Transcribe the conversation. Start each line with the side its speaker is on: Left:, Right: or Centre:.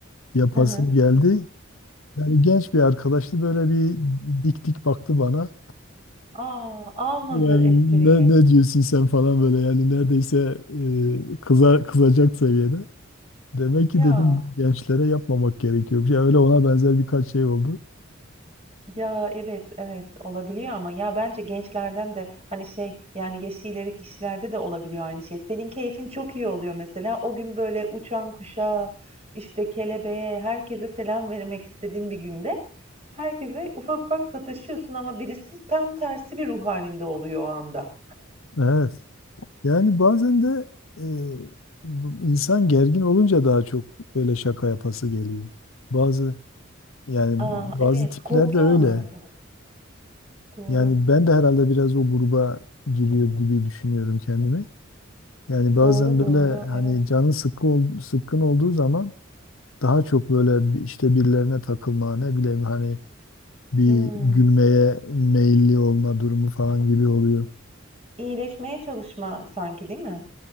Left: yapasım
Right: Hı hı.
Left: geldi. Yani genç bir arkadaştı böyle bir dik dik baktı bana.
Right: A! Almadı
Left: Yani
Right: espriyi.
Left: ne, ne diyorsun sen falan böyle yani neredeyse e, kıza, kızacak seviyede. Demek
Right: Ya,
Left: ki dedim gençlere yapmamak gerekiyor. Ya öyle ona benzer birkaç şey oldu.
Right: ya, evet, evet olabiliyor ama ya bence gençlerden de hani şey yani yaşı ileri kişilerde de olabiliyor aynı şey. Senin keyfin çok iyi oluyor mesela. O gün böyle uçan kuşa, işte kelebeğe, herkese selam vermek istediğin bir günde herkese ufak ufak sataşıyorsun ama birisi tam tersi bir ruh halinde oluyor o anda.
Left: Evet. Yani bazen de e, bu insan gergin olunca daha çok böyle şaka yapası geliyor. Bazı yani
Right: Aa,
Left: bazı
Right: evet,
Left: tipler
Right: korktuğu
Left: de öyle.
Right: anlarda. Doğru.
Left: Yani ben de herhalde biraz o gruba giriyor gibi düşünüyorum kendimi. Yani bazen
Right: Doğru, doğru.
Left: böyle hani
Right: Evet.
Left: canı sıkkı ol- sıkkın olduğu zaman daha çok böyle bir- işte birilerine takılma ne bileyim hani bir
Right: Hmm.
Left: gülmeye meyilli olma durumu falan gibi oluyor.
Right: İyileşmeye çalışma sanki, değil mi?